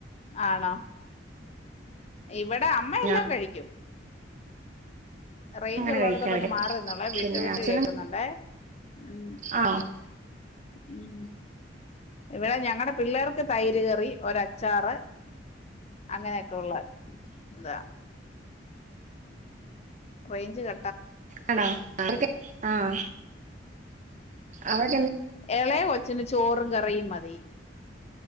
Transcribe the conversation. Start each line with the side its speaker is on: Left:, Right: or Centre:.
Left: ആണോ ഇവിടെ അമ്മ എല്ലാം
Right: ഞാൻ
Left: കഴിക്കും റേഞ്ച്
Right: അങ്ങനെ
Left: ഉള്ളിടത്തോട്ട്ൊന്ന്
Right: കഴിക്കാറില്ല
Left: മാറിന്നള്ളെ വിട്ട്
Right: പിന്നെ
Left: വിട്ട്
Right: അച്ഛനും
Left: കേക്കുന്നുണ്ട ഉം
Right: ആ
Left: ഉ ഇവിടെ ഞങ്ങടെ പിള്ളേർക്ക് തൈര് കറി ഒരച്ചാറ് അങ്ങനെയൊക്കെ ഉള്ള അതാ റേഞ്ച് ക
Right: ആണോ ആ ആഹ അവടെ
Left: ഇളയെ കൊച്ചിന് ചോറും കറിയും മതി